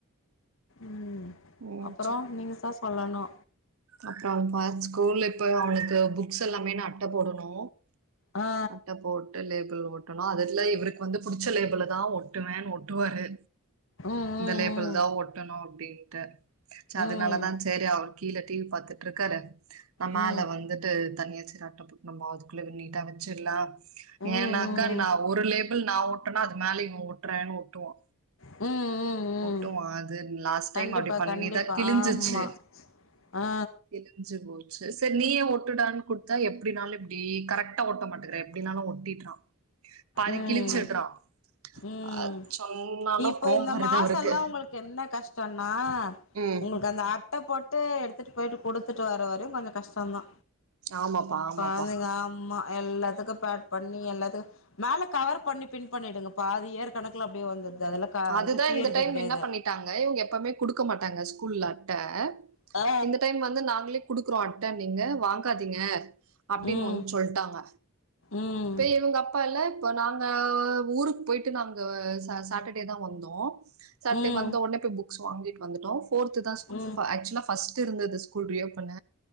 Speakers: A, on the left (about 65°); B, on the right (about 75°).
A: ம்
B: ம்
A: அப்பரோ நீங்க தா சொல்லணு
B: அப்ரோ பா ஸ்கூல்ல இப்ப அவனுக்கு புக்ஸ் எல்லாமே நா அட்ட போடணு
A: ஆ
B: அட்ட போ டு லேபிள ஓட்டனு அதுல இவருக்கு வந்து புடுச்ச லேபிள தா ஒட்டுவேனு ஒட்டுவாரு
A: ம் ம்
B: இந்த லேபிள் தா ஒட்டணு அப்டின்ட்டு சேர்
A: ம்
B: அதனாலதா சேரி அவரு கீழ டிவி பாத்துட்ருக்காரு நா
A: ம்
B: மேல
A: ம்
B: வந்துட்டு தனியாச் நம்மதுக்குள்ள நீட்டா வச்சிட்லா
A: ம் ம்
B: ஏன்னாக்கா நா ஒருலே லேபிள் நா ஒட்டுனா அது மேலயே இவே ஒட்டுறேன்னு ஒட்டுவா
A: ம் ம் ம்
B: ஒட்டுவோ அது லாஸ் ட்
A: கண்டிப்பா
B: டைம் அப்டி பண்ணிதா
A: கண்டிப்பா
B: கிழிஞ்சிச்சு
A: ஆமா ஆ
B: கிழி ஞ்ச்சு போச்சு சரி நீயே ஒட்டுடான்னு குடுத்தா எப்டினாலு இப்டி கரெக்டா ஒட்ட மாட்டேங்ற எப்டினாலு ஒட்டிட்றா பாதி
A: ம்
B: கிழிச்சுட்றா
A: ம்
B: அ சொன்னாலும்
A: இப்போ
B: கோவோ
A: இந்த
B: வருது
A: மாசல்லா
B: அவருக்கு
A: உங்களுக்கு என்ன கஷ்டோன்னா
B: ம்
A: உங்ளுக்கு அந்த அ அட்ட போட்டு எடுத்துட்டு போயிட்டு குடுத்துட்டு வர வரையு கொஞ்சோ கஷ்டோதா
B: ஆமாப்பா ஆமாப்பா
A: பாருங்க அம்மா எல்லாத்துக்கும் பேட் பண்ணி எல்லா த்துக் மேல கவர் பண்ணி பின் பண்ணிடுங்கப்பா அது ஏற்கணக்கல அப்டியே வந்ருது அதுல க
B: அதுதா
A: இது பீயறது
B: இந்த டைம்
A: கெடையாது
B: என்ன பண்ணிட்டாங்க இவுங்க எப்பவுமே குடுக்க மாட்டாங்க ஸ்கூல்ல அட்ட
A: ஆ
B: இந்த டைம் வந்து நாங்களே குடுக்குறோ அட்ட நீங்க வாங்காதீங்க அப்டினு
A: ம்
B: ஒன்னு சொல்டாங்க
A: ம்
B: இப்பே இவுங்க அப்பா இல்ல இப்ப நாங்க ஊருக்கு போய்ட்டு நாங்க ச சாட்ட டேதா வந்தோம் சாட்டே
A: ம்
B: வந்த ஒடனே போய் புக்ஸ் வாங்கிட்டு வந்துட்டோம் போர்த்துதா சு
A: ம்
B: ஆக்சுவலா ஃபஸ்ட் இருந்தது ஸ்கூல் ரியோப்பன்